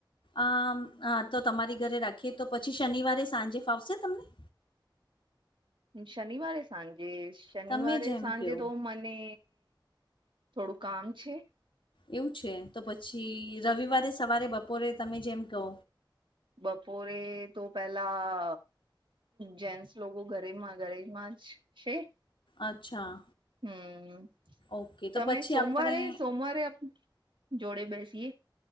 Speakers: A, on the left; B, on the right.
A: આ તો તમારી ઘરે રાખીએ તો પછી શનિવારે સાંજે ફાવશે તમને?
B: શનિવારે સાંજે શનિવારે
A: તમે જેમ
B: સાંજે
A: કહો.
B: તો મને થોડું કામ છે.
A: એવું છે તો પછી રવિવારે સવારે બપોરે તમે જેમ કહો.
B: બપોરે તો પેલા જેન્ટ્સ લોકો ઘરેમાં ઘરે માં જ છે.
A: અચ્છા.
B: હમ
A: ઓકે
B: તમે
A: તો પછી
B: સોમવારે
A: આપણે
B: સોમવારે આપ જોડે બેસીએ